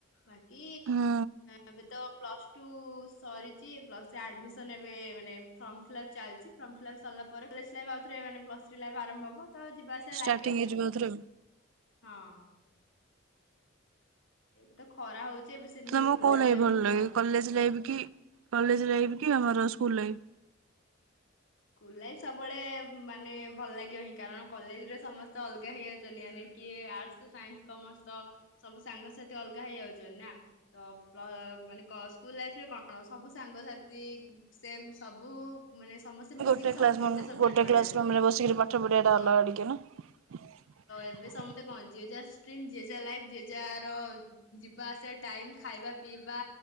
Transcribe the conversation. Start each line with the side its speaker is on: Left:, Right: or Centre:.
Left: ବା କି
Right: ହୁଁ
Left: ଏବେ ତ। Plus two. ସରିଛି ପ୍ଲସ ଥ୍ରି ଆଡ୍ମିସନ ଏବେ ମାନେ ଫର୍ମ ଫିଲପ୍ ଚାଲିଛି ଫର୍ମ ଫିଲପ୍ ସରିଲା ପରେ କଲେଜ ଲାଇନ ଆଉଥରେ ମାନେ ପ୍ଲସ୍ ଥ୍ରୀ ଲାଇଫ୍ ଆରମ୍ଭ ହବ। ତ ଯିବା ଆସିବା
Right: ଷ୍ଟାର୍ଟିଂ
Left: ଲାଗିବ।
Right: ହେଇଯିବ ଏଥର ଆଉ।
Left: ହଁ। ଏବେ ତ ଖରା ହଉଛି। ଏବେ ସେମିତି
Right: ତମକୁ
Left: କିଛି ବୁଲିବାକୁ
Right: କୋଉ ଲାଇଫ
Left: ଯିବାକୁ
Right: ଭଲ
Left: ହିଁ ଇଚ୍ଛା
Right: ଲାଗେ
Left: ହଉନି।
Right: କଲେଜ ଲାଇଫ କି କଲେଜ ଲାଇଫ କି ଆମର ସ୍କୁଲ ଲାଇଫ୍।
Left: ସ୍କୁଲ ଲାଇଫ୍ ସବୁବେଳେ ମାନେ ଭଲ ଲାଗିବ ହିଁ କାରଣ କଲେଜରେ ସମସ୍ତେ ଅଲଗା ହେଇଯାଉଚନ୍ତି ମାନେ କିଏ ଆର୍ଟସ୍ ସାଇନ୍ସ କମର୍ସ ସବୁ ସାଙ୍ଗସାଥି ଅଲଗା ହେଇଯାଉଚନ୍ତି ନା ତ ମାନେ ସ୍କୁଲ ଲାଇଫରେ କଣ ସବୁ ସାଙ୍ଗସାଥି ସେମ୍ ସବୁ ମାନେ ସମସ୍ତେ
Right: ଗୋଟେ
Left: ମିଶିକି ସବୁ
Right: ଗୋଟେ
Left: ସବଜେକ୍ଟ ପଢିବାର
Right: କ୍ଲାସ କ୍ଲାସ୍ ରୁମ୍ ରେ ବସିକି ପାଠ ପଢିବା ଟା
Left: ତ
Right: ଅଲଗା ଟିକେ ନା।
Left: ଏବେ ସମସ୍ତେ ତ କଣ ଯିଏ ଯା ଷ୍ଟ୍ରିମ୍ ଯିଏ ଜ ଲାଇଫ୍ ଯିଏ ଜାହାର ଯିବା ଆସିବା ଟାଇମ ଖାଇବା ପିଇବା